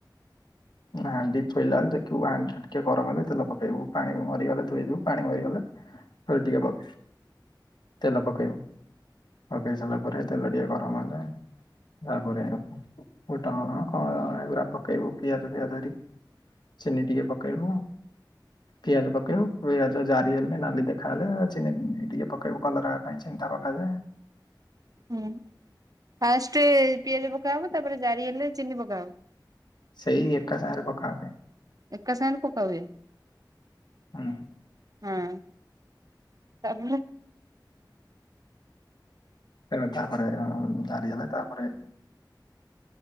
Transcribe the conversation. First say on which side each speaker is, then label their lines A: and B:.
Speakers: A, on the left (about 65°); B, on the right (about 50°).
A: ହାଣ୍ଡି ଥୋଇଲା ବେଳେ ଦେଖିବୁ ହାଣ୍ଡି ଟା ଟିକେ ଗରମ ହେଲେ ତେଲ ପକେଇବୁ ପାଣି ମରିଗଲେ ଧୋଇବୁ। ପାଣି ମରିଗଲେ ହଉ ଟିକେ ଭଲ, ତେଲ ପକେଇବୁ। ପକେଇ ସାରିଲା ପରେ ତେଲ ଟିକେ ଗରମ ହେଲେ ତାପରେ ଫୁଟଣ କଣ ଏଗୁରା ପକେଇବୁ। ପିଆଜ ଫିଆଜ ହେରି ଚିନି ଟିକେ ପକେଇବୁ, ପିଆଜ ପକେଇବୁ। ପିଆଜ ଜାରି ହେଲେ ନାଲି ଦେଖାହେଲେ ଆ, ଚିନି ଫିନି ଟିକେ ପକେଇବୁ କଲର୍ ହବା ପାଇଁ। ଚିନିଟା ପକେଇଲେ
B: ହୁଁ ଫାଷ୍ଟ ପିଆଜ ପକା ହବ ତାପରେ ଜାରି ହେଲେ ଚିନି ପକାହବ।
A: ସେଇ ଏକା ସାଙ୍ଗରେ ପକା ହୁଏ।
B: ଏକାସାଗରେ ପକା ହୁଏ।
A: ତେଣୁ
B: ହଁ। ତାପରେ?
A: ତେଣୁ ତାପରେ ଜାରି ହେଲେ ତାପରେ